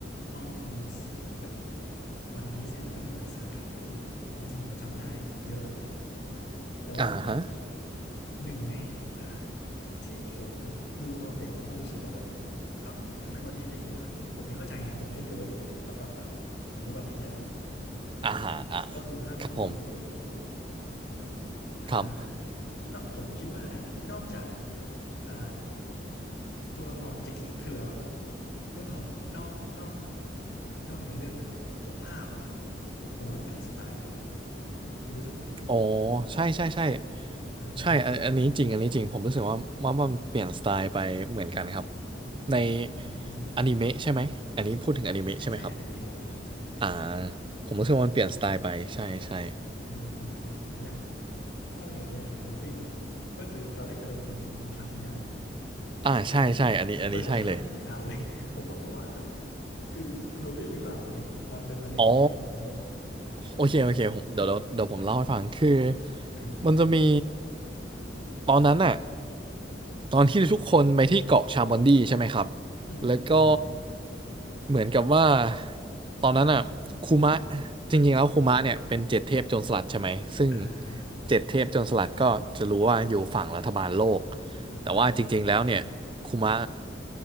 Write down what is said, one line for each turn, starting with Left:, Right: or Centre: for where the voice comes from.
Left: เอาจริงๆแบบวันพีซเนี่ยมันก็มีหลายซากะที่จริงๆผมจำได้เยอะแต่ว่า
Right: อ่าฮะ
Left: หนึ่งในภาคที่ผมดูตอนเด็กแล้วมันรู้สึกว่าแบบเอ้าทำไมวันพีซเป็นอย่างนี้วะผมไม่เข้าใจไงผมไม่ได้ดูปฏิปต่อแบบเหมือนทุกวันนี้ใช่ไหม
Right: อ่าฮะอ่า
Left: ก็คือภาคเข้า
Right: ครับผม
Left: New World อ่าเนอะผมคิดว่านะนอกจาก
Right: ครับ
Left: อ่าตัวละครมันจะเก่งขึ้นแล้วอะเรื่องของนอกนอกนอกเนื้อเรื่องอะพวกภาพอะผมว่ามันเปลี่ยนสไตล์นะ คุณรู้สึกไหม
Right: โอ้ใช่ใช่ใช่
Left: อ่า
Right: ใช่อันอันนี้จริงอันนี้จริงผมรู้สึกว่าว่ามันเปลี่ยนสไตล์ไปเหมือนกันครับ
Left: อืมอืมอืม
Right: ในอนิเมะใช่ไหมอันนี้พูดถึงอนิเมะใช่ไหมครับ
Left: ใช่ใช่อนิเมะอนิเมะครับใช่ใช่
Right: อ่าผมรู้สึกว่ามันเปลี่ยนสไตล์ไปใช่ใช่
Left: อืมอืมอืมอืมอย่างถ้าเราเห็นอย่างโรบินอ่ะก็คือตอนแรกจะเป็นคนผิวคล้ำๆใช่ไหม
Right: อ่าใช่ใช่อันนี้อันนี้ใช่เลย
Left: เปิดมา <laughs> นี้ขาวเลย ผมก็งงว่าเอ้าคือคือโรบินหรือเปล่าอันเนี่ยตอนดูตอนเด็กผมเนี่ยผมงง
Right: อ๋อโอเคโอเคผมเดี๋ยวเดี๋ยวเดี๋ยวผมเล่าให้ฟังคือ
Left: อ่าอ่า
Right: มันจะมีตอนนั้นน่ะตอนที่ทุกคนไปที่เกาะชาบอนดีใช่ไหมครับ
Left: อือฮึออือฮึอ
Right: แล้วก็เหมือนกับว่าตอนนั้นอ่ะคูมะจริงๆแล้วคูมะเนี่ยเป็นเจ็ดเทพโจรสลัดใช่ไหมซึ่ง
Left: อ่าอ่า
Right: เจ็ดเทพโจรสลัดก็จะรู้ว่าอยู่ฝั่งรัฐบาลโลก
Left: อ่าฮะอ่าฮะ
Right: แต่ว่าจริงๆแล้วเนี่ยคุมะ